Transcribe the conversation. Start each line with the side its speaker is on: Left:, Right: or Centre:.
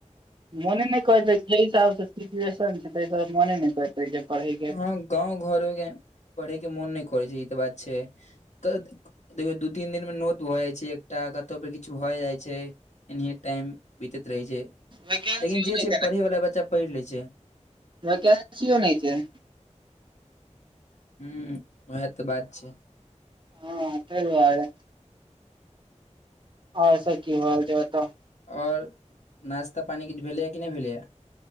Right: मोने नहि कहै छै जे हिसाबसँ सिच्युएशन छै, तै दुवारे मोने नहि करै। तैं पढ़इ
Left: हाँ गाँंव घर <unintelligible> पढ़ेके मोन नहि करै छै ई तऽ बात छै। देखियौ दू तीन दिन मे नोत भऽ जाइ छै एकटा कत् त फेर किछु भए जाइ छै एनी टाइम। दिक्कत रहे छै,
Right: वैकेंसियो
Left: लेकिन जे
Right: नहि
Left: छै पढ़े वला बच्चा पढ़ि लै छै।
Right: व कंसी य नहि छैै <unintelligible>
Left: हूम्म ओहैय तऽ बात छै।
Right: हँ तै दुवारे और सब की हाल छै ओतऽ।
Left: और नाश्ता पानी किछ भेलैया कि नहि भेलैया?